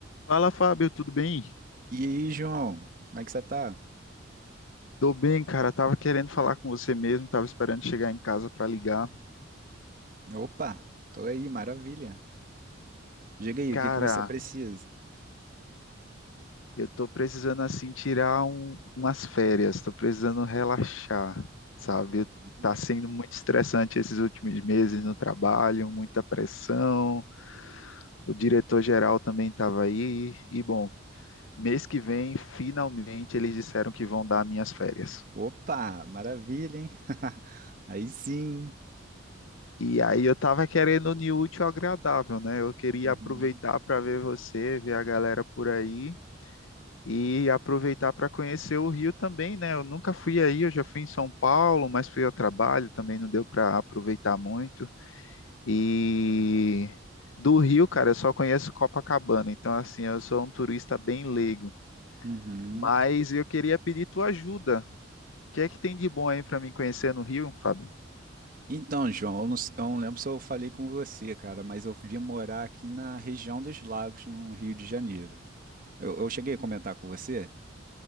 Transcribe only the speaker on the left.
Fala, Fábio, tudo bem?
Tô bem, cara. Tava querendo falar com você mesmo, tava esperando chegar em casa pra ligar.
Cara,
eu tô precisando assim tirar um- umas férias, tô precisando relaxar, sabe?
Tá sendo muito estressante esses últimos meses no trabalho, muita pressão. O diretor geral também tava aí e bom, mês que vem, finalmente eles disseram que vão dar minhas férias.
E aí eu tava querendo unir o útil ao agradável, né? Eu queria
aproveitar para ver você, ver a galera por aí e aproveitar para conhecer o Rio também, né? Eu nunca fui aí, eu já fui em São Paulo, mas fui ao trabalho, também não deu para aproveitar muito. E do Rio, cara, eu só conheço Copacabana, então assim, eu sou um turista bem leigo.
Mas eu queria pedir tua ajuda. O que é que tem de bom aí para mim conhecer no Rio, Fábio?